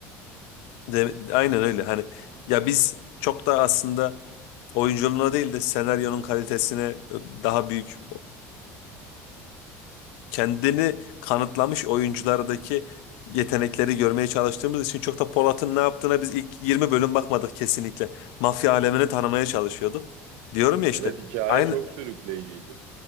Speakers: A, on the left; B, on the right.
A: De, aynen öyle hani ya biz çok da aslında oyunculuğuna değil de senaryonun kalitesine daha büyük kendini kanıtlamış oyunculardaki yetenekleri görmeye çalıştığımız için çok da Polat'ın ne yaptığına biz ilk 20 bölüm bakmadık kesinlikle. Mafya alemini tanımaya çalışıyorduk. Diyorum ya
B: Evet
A: işte
B: hikaye
A: aynı
B: çok sürükleyiciydi.